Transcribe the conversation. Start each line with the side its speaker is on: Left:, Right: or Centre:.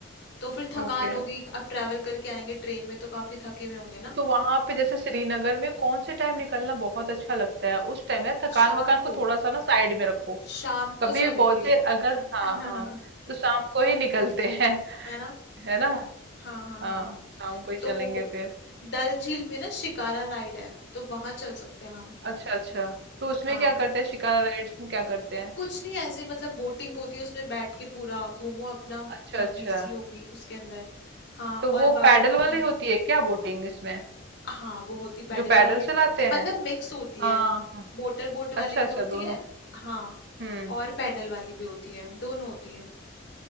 Left: तो फिर थकान
Right: ओके
Left: होगी अब ट्रैवल करके आएंगे ट्रेन में तो काफी थके हुए होंगे ना
Right: तो वहां पे जैसे श्रीनगर में कौन से टाइम निकलना बहुत अच्छा लगता है उस टाइम यार थकान
Left: शाम
Right: वकान को
Left: को
Right: थोड़ा सा ना साइड में रखो
Left: शाम
Right: कभी
Left: को चलेंगे
Right: भी पहुंचे अगर हाँ
Left: <laughs> है
Right: हाँ तो शाम को ही निकलते हैं
Left: ना
Right: <laughs> है ना
Left: हाँ हाँ
Right: हाँ
Left: हाँ
Right: शाम को ही चलेंगे
Left: तो
Right: फिर
Left: डल झील में ना शिकारा राइड है तो वहां चल सकते हैं हम
Right: अच्छा अच्छा तो उसमें
Left: हाँ
Right: क्या करते हैं शिकारा राइड्स में क्या करते हैं
Left: कुछ नहीं ऐसे ही मतलब बोटिंग होती है उसमें बैठ के पूरा घूमो अपना
Right: अच्छा
Left: नदी
Right: अच्छा
Left: सी होगी उसके अंदर हाँ
Right: तो
Left: और
Right: वो
Left: बाकी
Right: पैडल वाली होती है क्या बोटिंग इसमें
Left: हाँ वो होती पैडल
Right: जो पैडल
Left: वाली है
Right: चलाते हैं
Left: मतलब मिक्स होती
Right: हाँ
Left: है
Right: हाँ हाँ।
Left: मोटर बोट वाली
Right: अच्छा
Left: भी
Right: अच्छा
Left: होती
Right: दोनों
Left: है हाँ
Right: हम्म
Left: और पैडल वाली भी होती है दोनों होती है